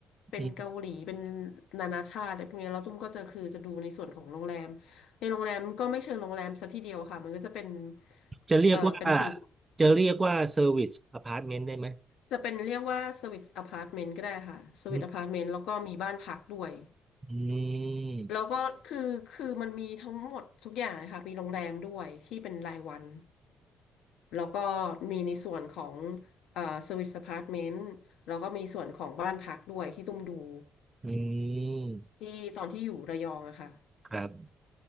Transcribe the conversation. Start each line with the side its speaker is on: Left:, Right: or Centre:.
Left: เป็นเกาหลีเป็น
Right: อืม
Left: นานาชาติอะไรพวกเนี้ยแล้วตุ้มก็จะคือจะดูในส่วนของโรงแรมในโรงแรมก็ไม่เชิงโรงแรมซะทีเดียวค่ะมันก็จะเป็น
Right: จะเรียกว่า
Left: เออเป็นกึ่ง
Right: จะเรียกว่าเซอร์วิสอพาร์ตเมนต์ได้ไหม
Left: จะเป็นเรียกว่าสวิตอพาร์ตเมนต์ก็ได้ค่ะสวิตอพาร์ตเมนต์แล้วก็มีบ้านพักด้วย
Right: อืมอืม
Left: แล้วก็คือคือมันมีทั้งหมดทุกอย่างเลยค่ะมีโรงแรมด้วยที่เป็นรายวันแล้วก็มีในส่วนของเอ่อสวิตอพาร์ตเมนต์แล้วก็มีส่วนของบ้านพักด้วยที่ตุ้มดู
Right: อืม
Left: ที่ตอนที่อยู่ระยองอะค่ะ
Right: ครับ